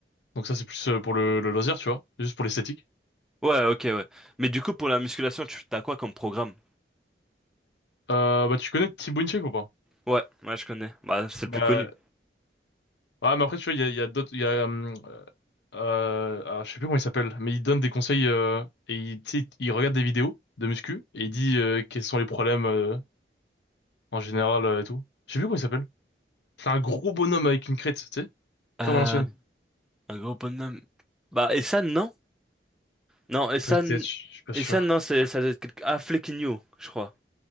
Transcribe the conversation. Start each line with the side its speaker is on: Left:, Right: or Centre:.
Left: Donc ça, c'est plus euh, pour le, le loisir, tu vois. Juste pour l'esthétique.
Centre: Ouais, ok, ouais. Mais du coup, pour la musculation, tu t'as quoi comme programme?
Left: Euh, bah, tu connais Thibaut Inchek ou pas?
Centre: Ouais, ouais, je connais. Bah, c'est le
Left: Bah,
Centre: plus connu.
Left: ouais, mais après, tu vois, il y a, il y a d'autres... il Y a, hum, Euh, alors, je sais plus comment il s'appelle, mais il donne des conseils euh, et il, tu sais, il regarde des vidéos de muscu et il dit euh, quels sont les problèmes euh, en général euh, et tout. Je sais plus comment il s'appelle. C'est un gros bonhomme avec une crête, tu sais,
Centre: Euh,
Left: comme à l'ancienne.
Centre: un gros bonhomme. Bah, Essan, non? Non, Essan.
Left: Peut-être, je je suis pas
Centre: Essan,
Left: sûr.
Centre: non, c'est, ça doit être quelque... Ah, Flequigno, je crois.